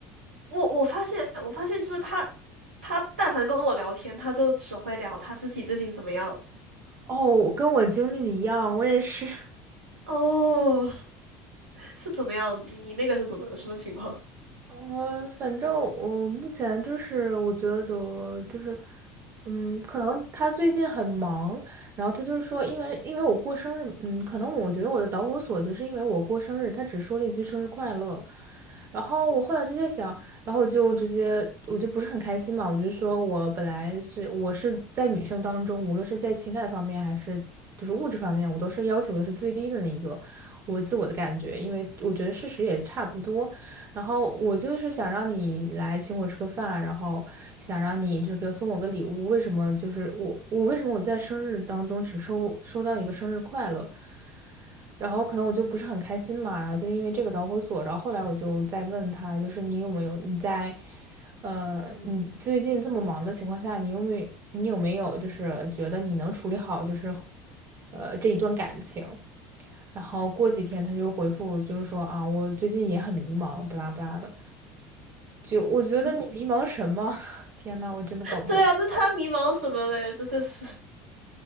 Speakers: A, on the right; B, on the right.
A: 我我发现我发现就是他他但凡跟我聊天，他就只会聊他自己最近怎么样。
B: 哦，跟我经历的一样，我也是。<laughs>
A: 哦，是怎么样？你你那个是怎么什么情况？
B: 呃，反正我目前就是我觉得就是，嗯，可能他最近很忙，然后他就说，因为因为我过生日，嗯，可能我觉得我的导火索就是因为我过生日，他只说了一句生日快乐，然后我后来就在想，然后我就直接我就不是很开心嘛，我就说我本来是我是在女生当中，无论是在情感方面还是就是物质方面，我都是要求的是最低的那一个，我自我的感觉，因为我觉得事实也差不多。然后我就是想让你来请我吃个饭，然后想让你就这个送我个礼物。为什么就是我我为什么我在生日当中只收收到一个生日快乐，然后可能我就不是很开心嘛，然后就因为这个导火索，然后后来我就在问他，就是你有没有你在，呃，你最近这么忙的情况下，你有没有你有没有就是觉得你能处理好就是，呃，这一段感情？然后过几天他就回复就是说啊，我最近也很迷茫，不拉不拉的。就我觉得你迷茫什么？
A: <laughs>
B: <laughs> 天呐，我真的搞不懂。
A: 对啊，那他迷茫什么嘞？真的是，